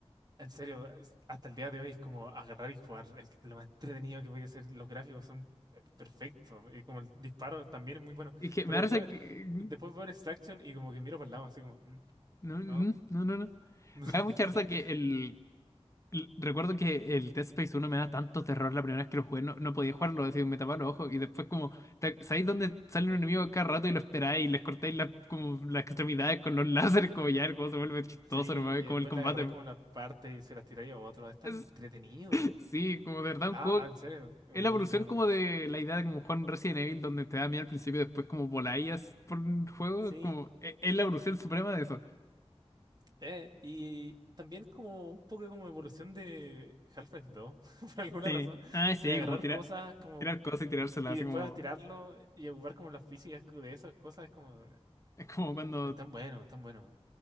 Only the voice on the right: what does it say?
En serio, es- hasta el día de hoy es como agarrar y jugar. Es lo más entretenido que podía ser. Los gráficos son eh, perfectos. Y como el disparo también es muy bueno.
Pero
después,
después veo Extraction y como que miro para el lado, así como, "Mm,
no.
<laughs>
Sí,
y
después
le agarré como una parte y se las tiré a otro. Es tan
entretenido.
Ah,
ah, en serio, es
muy
bueno.
Sí,
eh, y también como un poco como evolución de Half-Life 2, <laughs> por alguna
razón,
de agarrar
cosas como
Y
después
a tirarlo y ocupar como las físicas co- de esas cosas es como,
están buenos, están buenos.